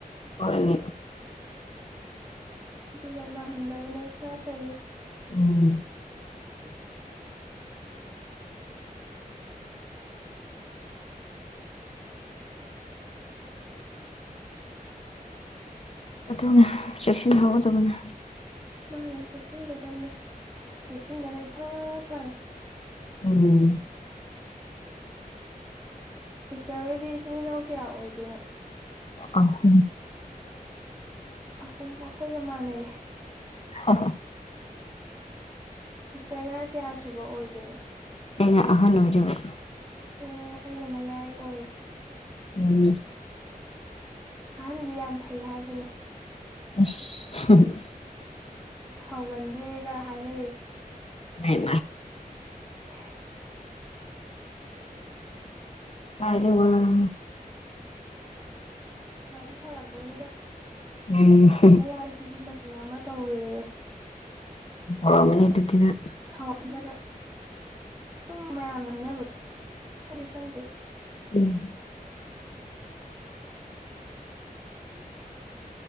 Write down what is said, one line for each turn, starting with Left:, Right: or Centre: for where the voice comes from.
Left: ꯁꯣꯏꯔꯅꯤ
Right: ꯑꯗꯨꯅ ꯅꯥꯍꯟꯗꯕꯅ ꯏ ꯐ ꯐꯩꯌꯦ
Left: ꯎꯝ
Right: <inaudible>
Left: ꯑꯗꯨꯅ ꯆꯦꯛꯁꯤꯟ ꯍꯧꯒꯗꯕꯅꯤ
Right: ꯃꯥꯅꯦ ꯆꯦꯛꯁꯤꯟꯒꯗꯕꯅꯦ ꯆꯦꯛꯁꯤꯟꯕꯅ ꯏꯐ ꯐꯔꯦ
Left: ꯑꯣꯝ
Right: ꯁꯤꯁꯇꯔ ꯍꯣꯏꯗꯤ ꯏꯆꯤꯟ ꯏꯅꯥꯎ ꯀꯌꯥ ꯑꯣꯏꯗꯣꯏꯅꯣ
Left: ꯑꯣ ꯍ
Right: ꯑꯍꯨꯝ ꯑꯩꯈꯣꯏꯒ ꯃꯥꯟꯅꯩ
Left: ꯍ
Right: ꯁꯤꯁꯇꯔꯅ ꯀꯌꯥ ꯁꯨꯕ ꯑꯣꯏꯗꯣꯏꯅꯣ
Left: ꯑꯩꯉꯍ ꯅꯖꯔ
Right: ꯑꯣ ꯑꯩꯅ ꯃꯌꯥꯏ ꯑꯣꯏꯔꯦ
Left: ꯎꯝ
Right: ꯑꯍꯟꯗꯤ ꯌꯥꯝ ꯐꯩ ꯍꯥꯏꯕꯅꯦ
Left: <inaudible>
Right: ꯁꯥꯎꯒꯟꯗꯦꯒ ꯍꯥꯏꯅꯩꯌꯦ
Left: ꯥꯏ
Right: <inaudible>
Left: ꯀꯥꯏꯖꯦ ꯋꯥꯔ
Right: ꯐꯗꯤ ꯐꯔꯝꯗꯣꯏꯅꯦꯗ
Left: ꯎꯝ
Right: ꯃꯌꯥꯏꯁꯤꯗꯤ ꯀꯆꯤꯡ ꯑꯃ ꯇꯧꯏꯤ
Left: ꯅꯤ ꯑꯗꯨ ꯊꯅ
Right: ꯆꯗꯒ ꯁꯨꯝ ꯃꯌꯥꯝꯅ ꯍꯥꯏꯅꯕꯗꯣ ꯈꯪꯗꯤ ꯈꯪꯗꯦ
Left: ꯎꯝ